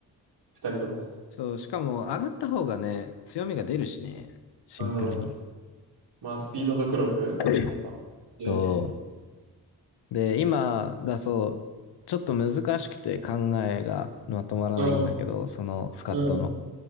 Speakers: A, on the right; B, on the left.
A: 二人とも。
B: そう、しかも上がった方がね、強みが出るしね、シンプルに。
A: うん。まあ、スピードとクロスやっぱ。
B: <laughs> そ
A: で、
B: う。で、今だそう、ちょっと難しくて考えがまとまらないんだけど、
A: うん、
B: そのスカッドの。
A: うん、